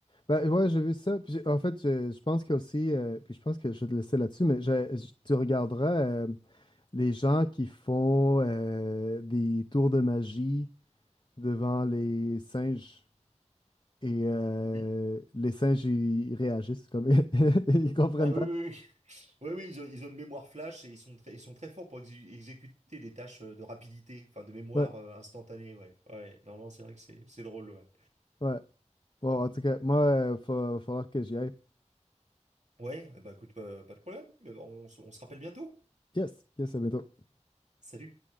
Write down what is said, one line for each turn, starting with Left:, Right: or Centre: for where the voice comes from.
Left: Ben, ouais, j'ai vu ça. Puis j'ai- en fait, je, je pense qu'il y a aussi, euh, puis je pense que je vais te laisser là-dessus, mais je- je- tu regarderas euh, les gens qui font euh, des tours de magie devant les singes. Et euh,
Right: Oui.
Left: les singes, ils ils réagissent comme <laughs> ils comprennent
Right: Ah oui,
Left: pas.
Right: oui, Oui, oui, ils ont, ils ont une mémoire flash et ils sont très, ils sont très forts pour exé- exécuter des tâches euh, de rapidité, enfin de mémoire
Left: Ouais,
Right: euh, instantanée, ouais. Ouais, non, non, c'est vrai que c'est c'est drôle, ouais.
Left: ouais. Bon,
Right: Mm.
Left: en tout cas, moi, il va falloir que j'y aille.
Right: Ouais, eh ben, écoute, euh, pas de problème, Eh ben, on se on se rappelle bientôt.
Left: Yes, yes, à bientôt.
Right: Salut.